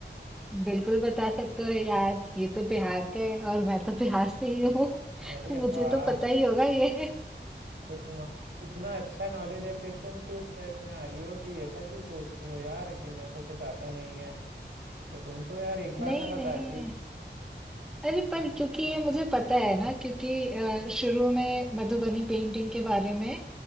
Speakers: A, in the centre; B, on the right.
A: बिल्कुल बता सकते हो यार ये तो बिहार का है और मैं तो बिहार से ही हूँ
B: अरे
A: <laughs> मुझे
B: वाह
A: तो पता ही होगा ये
B: तो तुम्हारा इतना अच्छा नॉलेज है फिर तुम क्यों स्ट्रेस में आ रही हो कि ऐसा क्यों सोच रही हो यार कि मेरे को कुछ आता नहीं है तो तुम तो यार एक
A: <laughs>
B: बार
A: नहीं
B: में बता
A: नहीं
B: दी
A: अरे पर क्योंकि ये मुझे पता है ना क्योंकि अ, शुरू में मधुबनी पेंटिंग के बारे में